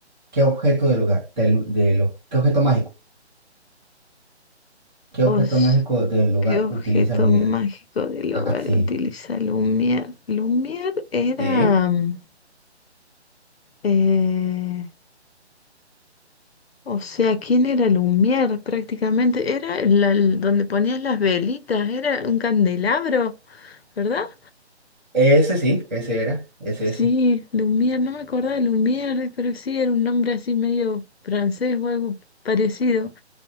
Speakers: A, on the right; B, on the left.
A: ¿Qué objeto del hogar? Del, de lo- ¿qué objeto mágico? ¿Qué
B: Os,
A: objeto mágico del hogar
B: ¿qué objeto
A: utiliza Lumière?
B: mágico del
A: Ah,
B: hogar
A: sí.
B: utiliza Lumière? Lumière era...
A: Sí.
B: mm, eh, o sea, ¿quién era Lumière prácticamente? Era la- el- donde ponías las velitas, era un candelabro, ¿verdad?
A: Ese sí, ese era. Ese,
B: Sí,
A: ese.
B: Lumière, no me acordaba de Lumière, pero sí era un nombre así medio francés o algo parecido.